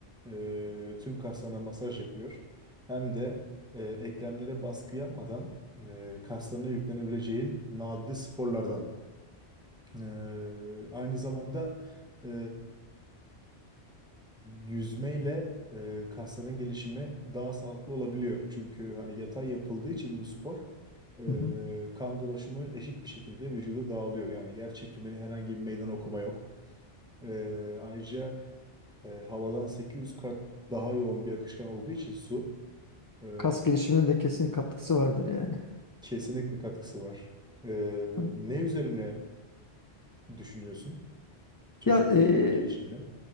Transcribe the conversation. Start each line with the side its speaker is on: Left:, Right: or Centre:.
Centre: e, tüm kaslarına masaj yapıyor. Hem de e, eklemlere baskı yapmadan e, kaslarına yüklenebileceğin nadide sporlardan. E, aynı zamanda e, yüzmeyle e, kasların gelişimi daha sağlıklı olabiliyor. Çünkü hani yatay yapıldığı için bu spor e,
Left: Hı hı.
Centre: kan dolaşımı eşit bir şekilde vücuda dağılıyor. Yani yer çekimini herhangi bir meydan okuma yok. E, ayrıca e, havadan 800 kat daha yoğun bir akışkan olduğu için su e,
Left: Kas gelişimine de kesin katkısı vardır yani.
Centre: kesinlikle katkısı var. E,
Left: Hı.
Centre: ne üzerine düşünüyorsun çocukların
Left: Ya e,
Centre: gelişimine?